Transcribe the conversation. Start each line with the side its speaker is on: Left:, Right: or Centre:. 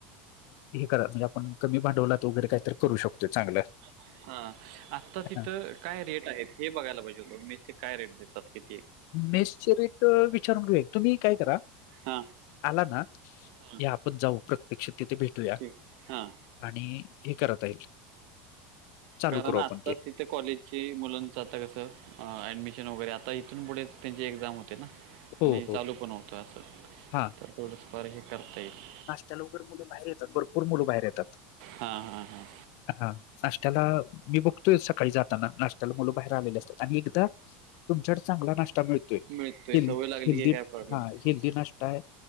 Left: हे करा म्हणजे आपण कमी भांडवला तर वगैरे काय तर करू शकतो चांगलं.
Right: हा आत्ता
Left: हां.
Right: तिथं काय रेट आहेत हे बघायला पाहिजे होत मेस चे ाय रेट देतात कि
Left: मेस चे रेट विचारून घेऊया तुम्ही काय करा?
Right: हा
Left: आला ना की
Right: हा
Left: आपण जाऊ प्रत्यक्ष तिथे भेटूया.
Right: ठीक हा
Left: आणि हे करता येईल. चालू
Right: कारण
Left: करू
Right: आत्ताच
Left: आपण
Right: ते कॉलेजची मुलांच आता कसं ऍडमिशन वगैरे आता इथून पुढेच त्यांची एक्झाम होते ना.
Left: हो
Right: आणि
Left: हो.
Right: चालू पण होतोय असं.
Left: हा
Right: तर थोडस फार हे करता येईल.
Left: त्या लवकर मुले बाहेर येतात. भरपूर मुलं बाहेर येतात.
Right: हा हा हा
Left: हा नाश्त्याला मी बघतोय सकाळी जाताना नाश्त्याला मुलं बाहेर आलेले असतात. आणि एकदा तुमच्याक चांगला नाष्ट्या मिळतोय.
Right: मिळतोय
Left: हेल्दी
Right: सवय लागली
Left: हेल्दी
Right: की काय प्रॉब्लेम
Left: हा
Right: नाही.
Left: हेल्दी नाश्ता आहे.